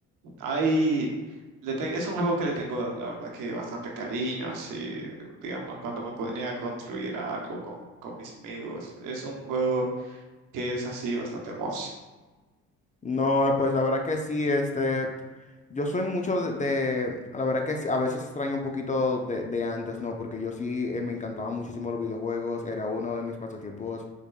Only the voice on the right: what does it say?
Hay, le te- es un juego que le tengo, la verdad, que bastante cariño, así, digamos, cuando me ponía a construir algo con, con mis amigos. Es un juego que es así bastante hermoso.